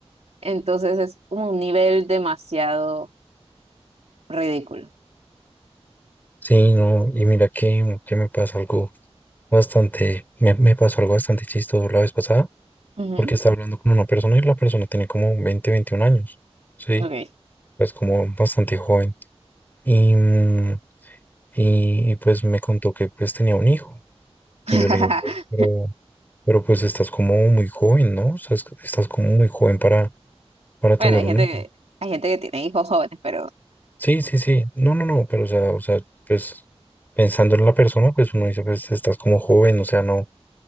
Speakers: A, on the right (about 75°); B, on the left (about 15°).
A: Entonces es como un nivel demasiado ridículo.
B: sí, no, y mira que, que me pasa algo bastante, me, me pasó algo bastante chistoso la vez pasada
A: Ujú,
B: porque estaba hablando con una persona y la persona tenía como 20 21 años, ¿sí?
A: ok
B: Es como bastante joven. Y, mm, y, y, pues me contó que pues tenía un hijo. Entonces
A: <laughs>
B: yo le digo, "Pero, pero pero, pues estás como muy joven, ¿no? O sea, es- estás como muy joven para, para
A: Bueno,
B: tener
A: hay
B: un
A: gente
B: hijo.
A: que, hay gente que tiene hijos jóvenes, pero
B: Sí, sí, sí. No, no, no, pero o sea, o sea, pues pensando en la persona, pues uno dice, pues estás como joven, o sea, no,